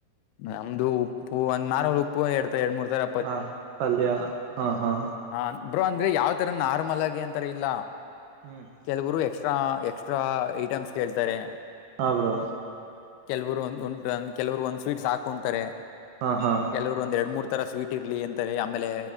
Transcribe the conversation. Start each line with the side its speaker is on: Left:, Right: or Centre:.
Left: ನಮ್ದು ಉಪ್ಪು ಒಂದ ನಾರ್ವಲ್ ಉಪ್ಪು ಎರಡ್ತರ ಎರಡು ಮೂರ್ ತರ
Right: ಹಾ ಪಲ್ಯ ಹಾ ಹಾ
Left: ಹಾ ಬ್ರೋ ಅಂದ್ರೆ ಯಾವ್ ತರ ನಾರ್ಮಲ್ ಆಗಿ ಅಂತರ ಇಲ್ಲ.
Right: ಹ್ಮ್
Left: ಕೆಲವರು ಎಕ್ಸ್ಟ್ರಾ ಎಕ್ಸ್ಟ್ರಾ ಐಟಮ್ಸ್ ಕೇಳ್ತಾರೆ.
Right: ಹಾ ಬ್ರೋ
Left: ಕೆಲವರು ಒಂದ ಉಂಟು ಕೆಲವರು ಒಂದ್ ಸ್ವೀಟ್ಸ್ ಸಾಕು ಅಂತಾರೆ
Right: ಹಾ ಹಾ
Left: ಕೆಲವರು ಒಂದ್ ಎರಡು ಮೂರ್ ತರ ಸ್ವೀಟ್ ಇರ್ಲಿ ಅಂತಾರೆ ಆಮೇಲೆ